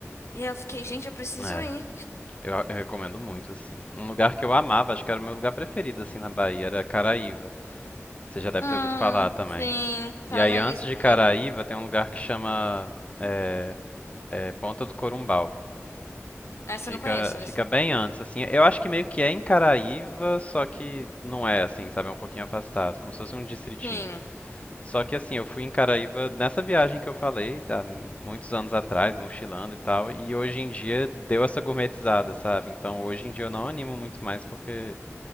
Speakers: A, on the left; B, on the left.
A: E aí eu fiquei, gente, eu preciso
B: É.
A: ir.
B: Eu, eu recomendo muito, assim. Um lugar que eu amava, acho que era o meu lugar preferido, assim, na Bahia, era Caraíva. Você já deve
A: Hum,
B: ter ouvido falar também.
A: sim, tá
B: E
A: na
B: aí,
A: minha
B: antes
A: lista
B: de
A: também.
B: Caraíva, tem um lugar que chama é, é, Ponta do Corumbau,
A: Essa
B: que fica,
A: eu não conheço, essa.
B: fica bem antes, assim. Eu acho que meio que é em Caraíva, só que não é, assim, sabe? É um pouquinho afastado, como se fosse um distritinho.
A: Sim.
B: Só que assim, eu fui em Caraíva nessa viagem que eu falei, há muitos anos atrás, mochilando e tal, e hoje em dia deu essa gourmetizada, sabe? Então hoje em dia eu não animo muito mais porque